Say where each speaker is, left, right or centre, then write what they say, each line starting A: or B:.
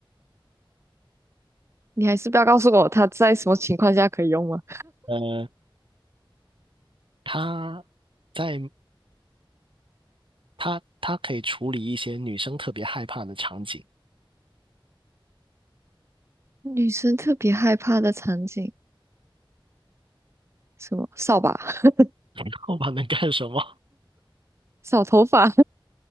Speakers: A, on the right; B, on the right.
A: 你还是不要告诉我它在什么情况下可以用吗？
B: 呃，他在他他可以处理一些女生特别害怕的场景。
A: 女生特别害怕的场景，什么扫把、<laughs>
B: <laughs> 后怕能干什么？
A: 扫头发。